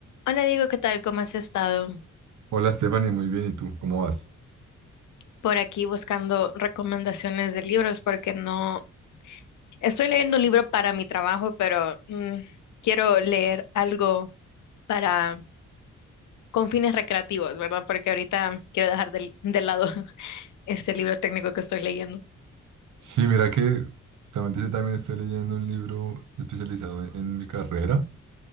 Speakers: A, on the left; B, on the right.
A: Hola Diego, ¿qué tal? ¿Cómo has estado?
B: Hola Stephanie, muy bien, ¿y tú? ¿Cómo vas?
A: Por aquí buscando recomendaciones de libros porque no estoy leyendo un libro para mi trabajo, pero mm, quiero leer algo para con fines recreativos, ¿verdad? Porque ahorita quiero dejar del- de, lado <laughs> este libro técnico que estoy leyendo.
B: Sí, mira que justamente yo también estoy leyendo un libro especializado en, en mi carrera,